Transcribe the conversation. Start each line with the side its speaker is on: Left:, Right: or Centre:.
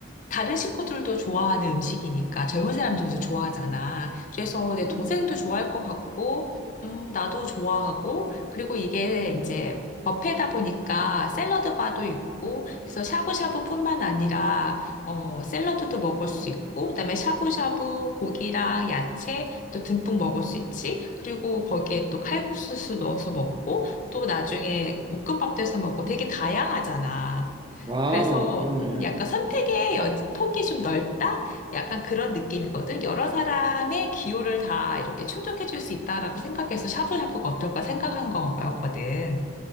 Left: 다른 식구들도 좋아하는 음식이니까 젊은 사람들도 좋아하잖아. 그래서 내
Right: 음,
Left: 동생도 좋아할 것 같고, 음, 나도 좋아하고, 그리고 이게 이제
Right: 우
Left: 뷔페다 보니까 샐러드 바도 있고, 그래서 샤브샤브뿐만 아니라, 어, 샐러드도 먹을 수 있고, 그다음에 샤브샤브 고기랑 야채 또 듬뿍 먹을 수 있지. 그리고 거기에 또 칼국수도 넣어서 먹고, 또 나중에 볶음밥도 해서 먹고 되게 다양하잖아.
Right: 와,
Left: 그래서
Right: 그러네.
Left: 음, 약간 선택의 여- 폭이 좀 넓다? 약간 그런 느낌이거든. 여러 사람의 기호를 다 이렇게 충족해 줄 수 있다라고 생각해서 샤브샤브가 어떨까 생각한 거였거든.